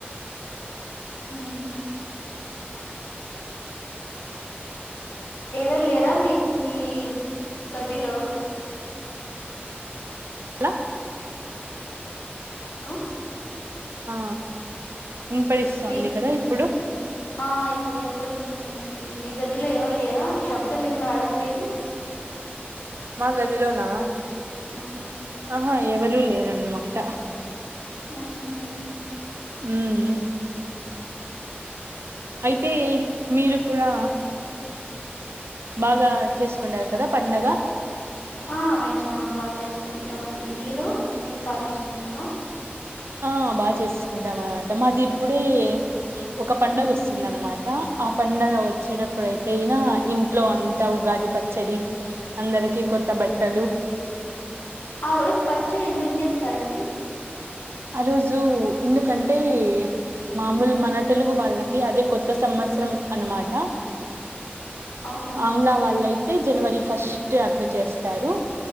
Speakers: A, on the left; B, on the right.
A: ఉ ఏవరు లేరా మీ మీ గదిలో
B: ల
A: హలో
B: ఆ వినపడిస్తోంది
A: మీ
B: కదా ఇప్పుడు
A: ఆ ఇప్పుడు వినపడుతుందండి, మీ గదిలో ఎవర్లేరా, శబ్దమేం రావడం లేదు?
B: మా గదిలోనా,
A: హ్మ్.
B: ఆహా ఎవరూ లేర్ దన్నమాట
A: ఆహా
B: ఉమ్ అయితే మీరు కూడా, బాగా చేసుకుండారు కదా పండగ?
A: ఆ, మేము చాల బాగా చేసుకుంటమన్ డి మీరు? మీరు బాగా చేసుకుంటారా
B: ఆ బాగా చేసుకుంటామనట్ మాది అప్పుడే ఒక పండగొస్తుందన్నమాట,
A: హ్మ్.
B: ఆ పండగ వచ్చేటప్ ప్పుడైతే ఇనా ఇంట్లో అంతా ఉగాది పచ్చడి, అందరికి కొత్త బట్టలు
A: ఆ రోజు పచ్చడి ఎందుకు చేస్ తరండి
B: ఆ రోజు ఎందుకంటే మామూలు
A: హ్మ్.
B: మన తెలుగు వాళ్ళకి అదే కొత్ త్త సంవత్సరం అన్నమాట.
A: అవునా
B: ఆంగ్లా వాళ్లై టి జనవరి ఫస్ట్ అట్ల చేస్తారు.